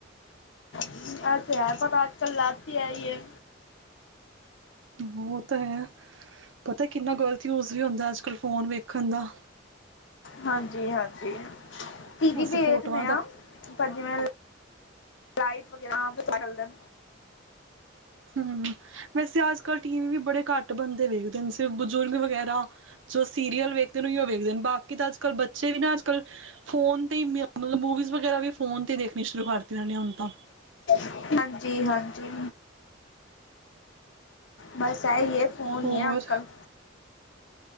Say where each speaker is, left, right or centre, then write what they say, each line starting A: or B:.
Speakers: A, on the left; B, on the right.
A: ਇਹ ਤੇ ਹੈ, ਪਰ ਅੱਜ ਕੱਲ ਲੱਤੀ ਐਈ ਐ।
B: ਉਹ ਤਾਂ ਹੈ ਪਤਾ ਕਿੰਨਾ ਗਲਤ ਯੂਜ ਵੀ ਹੁੰਦਾ ਅੱਜ ਕੱਲ ਫੋਨ ਵੇਖਣ ਦਾ
A: ਹਾਂਜੀ-ਹਾਂਜੀ, ਟੀ ਵੀ
B: ਅਸੀਂ
A: ਵੀ ਵੇਖਨੇ
B: ਫੋਟੋਆਂ
A: ਆ
B: ਦਾ
A: ਪਰ ਜਿਵੇਂ ਫਲਾਈਟ ਵਗੈਰਾ <unintelligible>
B: ਹੂੰ, ਵੈਸੇ ਅੱਜ ਕੱਲ੍ਹ ਟੀ ਵੀ ਵੀ ਬੜੇ ਘੱਟ ਬੰਦੇ ਵੇਖਦੇ ਨੇ ਸਿਰਫ ਬਜ਼ੁਰਗ ਵਗੈਰਾ, ਜੋ ਸੀਰੀਅਲ ਵੇਖਦੇ ਨੇ ਉਹ ਵੇਖਦੇ ਬਾਕੀ ਤਾਂ ਅੱਜ ਕਲ ਬੱਚੇ ਵੀ ਨਾ ਅਜ ਕਲ ਫੋਨ ਤੇ ਮੂਵੀਜ਼ ਵਗੈਰਾ ਵੀ ਫੋਨ ਤੇ ਦੇਖਣੀ ਸ਼ੁਰੂ ਕਰਦੀ ਆ ਹੁਣ ਤਾਂ
A: ਹਾਂਜੀ-ਹਾਂਜੀ, ਬਸ ਹੈ ਇਹ ਫੋਨ
B: ਹੋਰ
A: ਹੀ ਹੈ ਅੱਜ ਕੱਲ੍ਹ,